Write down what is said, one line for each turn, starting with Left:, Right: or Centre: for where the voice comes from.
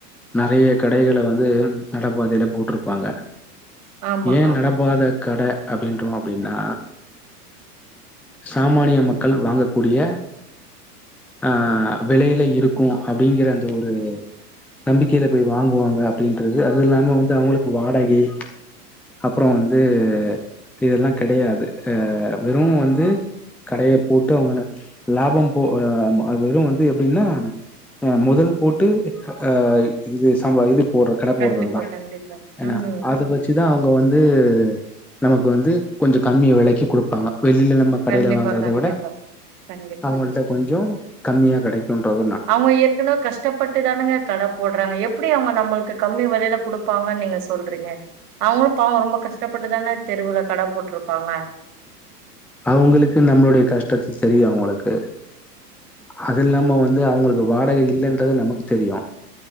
Centre: நெறைய கடைகள வந்து நடபாதைல போட்ருபாங்க
Right: ஆமா
Centre: ஏ
Right: ஆமா
Centre: நடபாத கட அப்டின்றோ அப்டினா சாமானிய மக்கள் வாங்கக்கூடிய ஆ வெலைல இருக்கு அப்டிங்கிற அந்த ஒரு நம்பிக்கைல போய் வாங்குவாங்க அப்டின்றது அது இல்லாம வந்து அவங்களுக்கு வாடகை அப்றோ வந்து இதெல்லா கெடயாது அ வெறு வந்து கடைய போட்டு அவங்க லாபம் போ வெறும் வந்து எப்டினா அ மொதல் போட்டு அ இது சாம்ப இது போட்ற கட போட்றதுதா
Right: கண்டிப்பா கண்டிப்பா
Centre: ஏனா
Right: ம்
Centre: அத வெச்சிதா அவுங்க வந்து நமக்கு வந்து கொஞ்ஜோ கம்மி வெலைக்கு குடுப்பாங்க வெளில நம்ம கடைல
Right: கண்டிப்பா
Centre: வாங்றத
Right: கண்டிப்பா
Centre: விட
Right: கண்டிப்பா
Centre: அவங்கள்ட்ட கொஞ்ஜோ கம்மியா கெடைக்கும்ன்றத்
Right: அவுங்க ஏற்கனவே கஷ்டபட்டுதானங்க கட போட்றாங்க எப்டி அவங்க நம்மள்கு கம்மி வெலைல குடுப்பாங்கனு நீங்க சொல்றீங்க அவங்களு பாவோ ரொம்ப கஷ்டபட்டுதான தான தெருவுல கட போட்ருபாங்க
Centre: அவங்களுக்கு நம்மளுடைய கஷ்டத்து தெரியு அவங்களுக்கு அது இல்லாம வந்து அவங்களுக்கு வாடக இல்லன்றது நமக்கு தெரியு